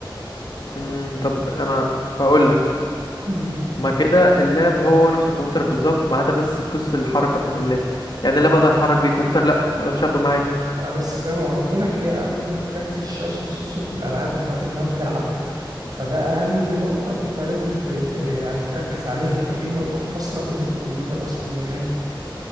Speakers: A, on the left; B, on the right.
A: امم طب انا هقول لك
B: مم.
A: ما كده اللاب هو نفس الكمبيوتر بالظبط ما عدا بس قصة الحركة بتاعت اللاب يعني اللاب اقدر اتحرك بيه الكمبيوتر لا ما اقدرش اخده معايا
B: آه بس زي ما قلت لك هي أهم نقطة كارت الشاشة خصوصا في الألعاب أنت واحد ناوي تلعب فده أهم نقطة أنت لازم ت... ت... يعني تركز عليها فدي النقطة الفاصلة ما بين الكمبيوتر أصلا